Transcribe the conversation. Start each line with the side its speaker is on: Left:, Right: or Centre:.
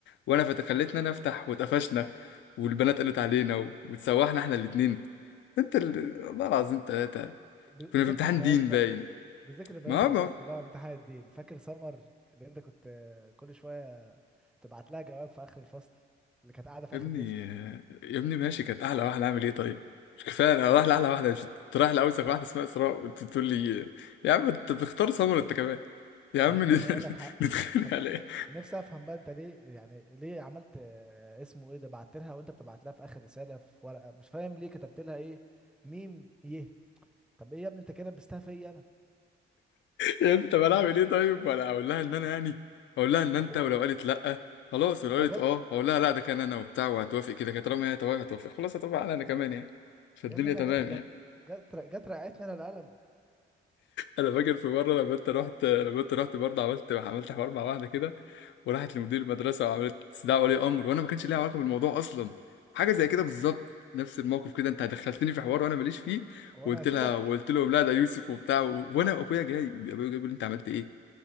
Left: وانا فت- خليتني انا افتح واتقفشنا والبنات قالت علينا و- وتسوحنا احنا الاثنين انت ال... والله العظيم ثلاثه
Centre: ب-
Left: كنا
Centre: بذكر
Left: في امتحان
Centre: البنات
Left: دين
Centre: بقى
Left: باين
Centre: بذكر بنات
Left: ما
Centre: الفصل
Left: هو
Centre: بقى وامتحان الدين فاكر سمر اللي انت كنت آه، كل شويه تبعت لها جواب في اخر الفصل اللي كانت قاعده في
Left: يا
Centre: اخر
Left: ابني
Centre: ديسك
Left: يا ابني ماشي كانت احلى واحده اعمل ايه طيب مش كفايه انا رايح
Centre: ايوه
Left: لاحلى واحده مش كنت رايح لاوسخ
Centre: طب
Left: واحده اسمها اسراء وانت بتقول لي يا عم انت بتختار سمر انت كمان يا
Centre: يا
Left: عم
Centre: ابني
Left: <laughs> نت-
Centre: طب ما انا اقول لك حق
Left: نتخانق
Centre: طب
Left: على ايه
Centre: نفسي افهم بقى انت ليه يعني ليه عملت آه، اسمه ايه ده بعت لها وانت بتبعت لها في اخر رساله في ورقه مش فاهم ليه كتبت لها ايه ميم يه طب ايه يا ابني انت كده لبستها فيا انا
Left: يا ابني طب انا اعمل ايه طيب انا اقول لها ان انا يعني اقول لها ان انت
Centre: طب وانت
Left: ولو قالت لا خلاص ولو
Centre: ما
Left: قالت
Centre: جت
Left: اه اقول لها لا ده كان انا وبتاع وهتوافق كده كده طالما هي توافق هتوافق خلاص هتوافق على انا كمان يعني فالدنيا
Centre: يا ابني ما
Left: تمام
Centre: جت الا
Left: يعني
Centre: جت جت رقعتني انا القلم
Left: انا فاكر في مره لما انت رحت لما انت رحت برضه عملت عملت حوار مع واحده كده وراحت لمدير المدرسه وعملت استدعاء ولي امر وانا ما كانش ليها علاقه بالموضوع اصلا حاجه زي كده بالظبط نفس الموقف كده انت دخلتني في حوار وانا ماليش فيه
Centre: هو
Left: وقلت
Centre: انا هسيبك
Left: لها وقلت لهم
Centre: آه،
Left: لا ده يوسف وبتاع و... وانا وابويا جاي ابويا جاي بيقول لي انت عملت ايه انا